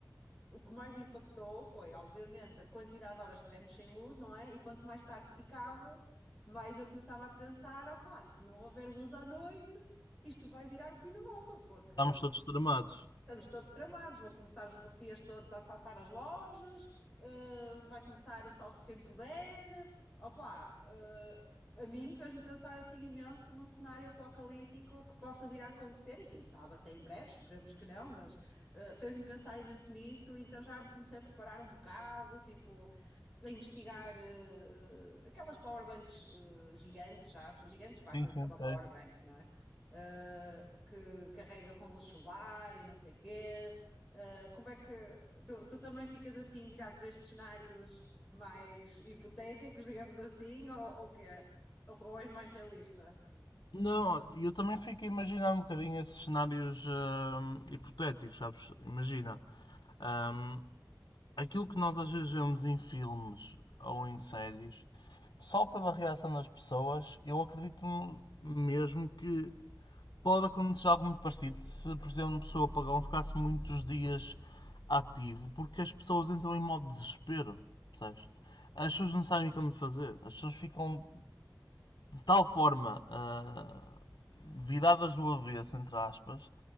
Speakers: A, in the centre; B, on the left.
A: o que mais me impactou foi, obviamente, a quantidade de horas que tivemos sem luz, não é? E quanto mais tarde ficava, mais eu começava a pensar: opá, se não houver luz à noite, isto vai virar o fim do mundo, porque
B: estamos todos tramados.
A: Estamos todos tramados, vão começar os rufias todos a assaltar as lojas, eh, vai começar o salve-se quem puder. Opa, eh, a mim fez-me pensar assim imenso num cenário apocalíptico que possa vir a acontecer, e quem sabe até em breve, esperemos que não, mas eh, fez-me pensar imenso nisso, então já me comecei a preparar um bocado, tipo, a investigar eh, eh, aquelas powerbanks eh, gigantes, sabes? Gigantes para
B: Sim,
A: aquilo
B: sim,
A: que é uma
B: sei.
A: powerbank, não é? uh, que carrega com luz solar e não sei o quê. Uh, como é que tu, tu também ficas assim virado para estes cenários mais hipotéticos, digamos assim, ou, ou quê? Ou, ou és mais realista?
B: Não, eu também fico a imaginar um bocadinho esses cenários hum, hipotéticos, sabes? Imagina, hum, aquilo que nós às vezes vemos em filmes ou em séries, só pela reação das pessoas, eu acredito m- mesmo que pode acontecer algo muito parecido se, por exemplo, uma pessoa pagão ficasse muitos dias ativo, porque as pessoas entram em modo desespero, percebes? As pessoas não sabem como fazer, as pessoas ficam de tal forma ah, viradas do avesso, entre aspas,